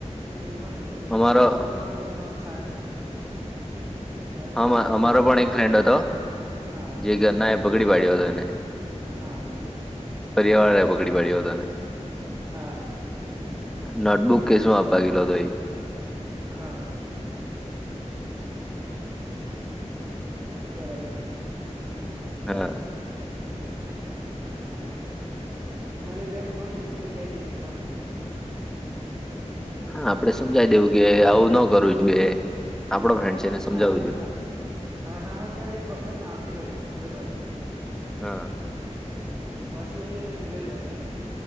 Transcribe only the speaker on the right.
હા, એહોની જિંદગી, પણ
આપડે એટલું કેવાનું કે હા સારી હા સારી છોકરીમાં
પડવું
છે
હા
હા
હા
હા, બરાબર.
હા એ, એના લીડેમ થોડી ઈજ્જત જતી નહી પણ આયુ
પણ
એમ એમ
છો
ના એ
હા
હ
એમ
ના ના
ના નાના હોય ત્યારે એ પ્રોબ્લેમ આવતી હોય છે, મોટે ભાગે.
પાછી એ સુધરી જાય છે.